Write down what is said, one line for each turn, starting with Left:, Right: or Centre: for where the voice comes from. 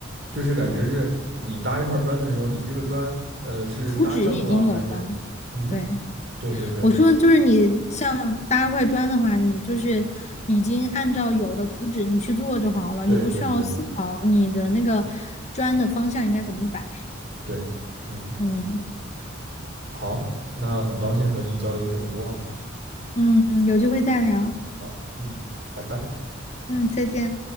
Right: 就是感觉是你搭一块砖的时候，
Left: 对，
Right: 你这个砖呃是搭正了还是嗯？
Left: 图纸已经有了，对。
Right: 对对对
Left: 我说就是你像搭块砖的话，你就是已经按照有的图纸你去做就好了，
Right: 对对对
Left: 你不需要思考你的那个砖的方向应该怎么摆。
Right: 对，嗯，
Left: 嗯
Right: 好，那很高兴和你交流这么多啊
Left: 嗯，有机会再聊。
Right: 好，嗯，拜拜。
Left: 嗯，再见。